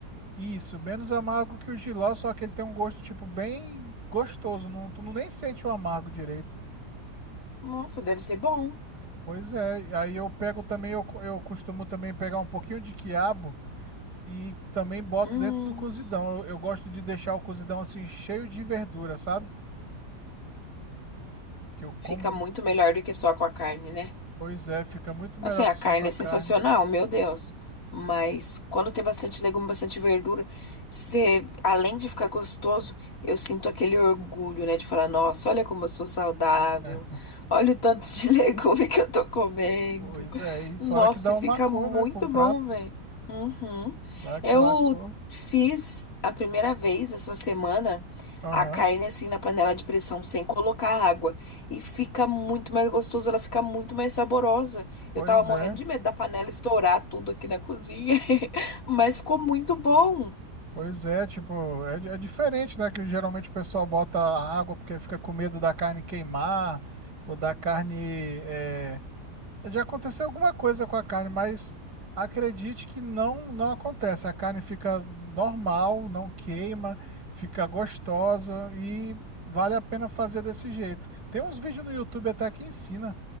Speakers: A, on the right; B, on the left.
A: isso, menos amargo que o jiló, só que ele tem um gosto tipo bem gostoso. Não, tu não nem sente o amargo direito.
B: Nossa, deve ser bom.
A: Pois é. Aí eu pego também, eu, co- eu costumo também pegar um pouquinho de quiabo. E também boto
B: Hum,
A: dentro do cozidão. Eu, eu gosto de deixar o cozidão assim cheio de verdura, sabe? Que eu como,
B: fica muito melhor do que só com a carne, né?
A: pois é, fica muito melhor
B: Assim, a
A: que só
B: carne
A: com a
B: é
A: carne.
B: sensacional, meu Deus. Mas quando tem bastante legume, bastante verdura, você, além de ficar gostoso, eu sinto aquele orgulho, né? De falar, nossa, olha como eu sou saudável.
A: <laughs> É.
B: Olha o tanto de <laughs> legume que eu tô comendo.
A: Pois é, e fora
B: Nossa,
A: que dá
B: e
A: uma
B: fica
A: cor,
B: muito
A: né, pro prato,
B: bom, velho. Uhum.
A: dá aquela
B: Eu
A: cor.
B: fiz a primeira vez essa semana
A: Aham.
B: a carne assim na panela de pressão, sem colocar água. E fica muito mais gostoso, ela fica muito mais saborosa.
A: Pois
B: Eu tava morrendo
A: é.
B: de medo da panela estourar tudo aqui na cozinha, <laughs> mas ficou muito bom.
A: Pois é, tipo, é, di- é diferente, né, que geralmente o pessoal bota água porque fica com medo da carne queimar ou da carne é, Já aconteceu alguma coisa com a carne, mas acredite que não não acontece. A carne fica normal, não queima, fica gostosa e vale a pena fazer desse jeito. Tem uns vídeos no YouTube até que ensina.